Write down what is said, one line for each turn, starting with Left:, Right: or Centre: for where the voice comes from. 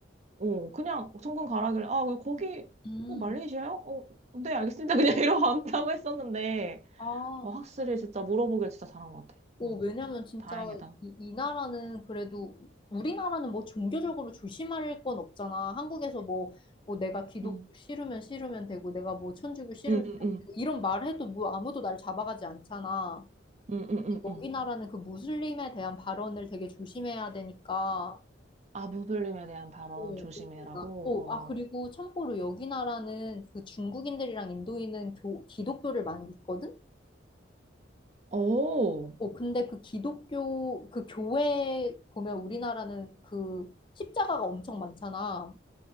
Right: 어, 그냥 정근 가라길래, 아, 왜 거기,
Left: 음.
Right: 어, 말레이시아요? 어, 네, 알겠습니다. 그냥 <laughs> 이러고 안다고 했었는데.
Left: 아, 어,
Right: 어, 확실히 진짜 물어보길 진짜 잘한 것 같아.
Left: 어,
Right: 어,
Left: 왜냐면 진짜
Right: 다행이다.
Left: 이, 이 나라는 그래도 우리나라는 뭐 종교적으로 조심할 건 없잖아. 한국에서 뭐, 뭐 내가 기독교
Right: 응,
Left: 싫으면 싫으면 되고 내가 뭐 천주교 싫으면
Right: 응,
Left: 되고
Right: 응, 응,
Left: 이런 말 해도 뭐 아무도 날 잡아가지 않잖아.
Right: 응, 응, 응.
Left: 여기
Right: 응.
Left: 나라는 그 무슬림에 대한 발언을 되게 조심해야 되니까.
Right: 아부불림에 대한 발언
Left: 오
Right: 조심해라고.
Left: 나- 오, 아, 그리고 참고로 여기 나라는 그 중국인들이랑 인도인은 교, 기독교를 많이 믿거든?
Right: 어, 오,
Left: 어, 근데 그 기독교, 그 교회 보면 우리나라는 그 십자가가 엄청 많잖아.